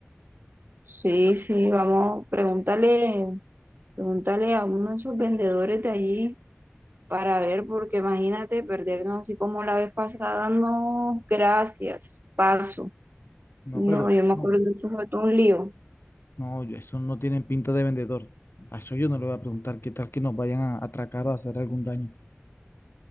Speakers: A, on the right; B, on the left.
A: Sí, sí, vamos, pregúntale Pregúntale a uno de esos vendedores de allí para ver, porque imagínate perdernos así como la vez pasada. No, gracias, paso.
B: No,
A: No,
B: pero
A: yo me
B: no,
A: acuerdo que eso fue todo un lío.
B: no, yo- eso no tienen pinta de vendedor. A eso yo no le voy a preguntar qué tal que nos vayan a atracar o a hacer algún daño.